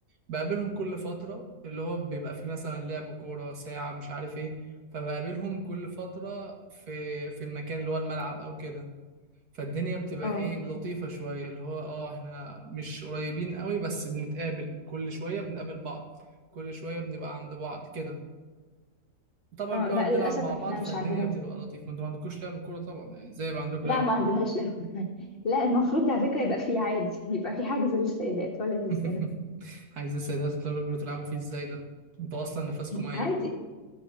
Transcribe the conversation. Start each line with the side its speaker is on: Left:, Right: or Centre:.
Right: بقابلهم كل فترة اللي هو بيبقى فيه مثلا لعب كورة ساعة مش عارف ايه فبقابلهم كل فترة في في المكان اللي هو الملعب أو كده فالدنيا بتبقى
Left: اه
Right: ايه لطيفة شوية اللي هو اه احنا مش قريبين قوي بس بنتقابل كل شوية بنقابل بعض كل شوية بنبقى عند بعض كده طبعا
Left: اه
Right: بنقعد
Left: لا للأسف
Right: نلعب مع
Left: احنا
Right: بعض فالدنيا
Left: مش عندنا
Right: بتبقى
Left: دي
Right: لطيفة ما انتوا ما عندكوش لعب كورة طبعا يعني زي ما عندكم
Left: لا
Right: لعب
Left: ما
Right: كورة
Left: عندناش لعب <laughs> لا المفروض ده على فكرة يبقى فيه عادي يبقى فيه حجز للسيدات ولا يهزنا
Right: <laughs> عايز السيدات تقدروا تلعبوا فيه ازاي ده انتوا اصلا نفسكم ميت
Left: عادي